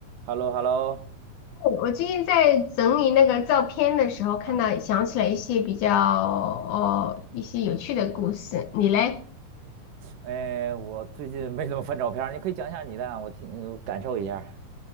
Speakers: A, on the right; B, on the left.
A: h e l l o h e l l o
B: 我最近在整理那个照片的时候，看到想起来一些比较哦一些有趣的故事。
A: 啊，
B: 你嘞？
A: 哎，我最近没怎么翻照片儿，你可以讲一下你的啊我听感受一下。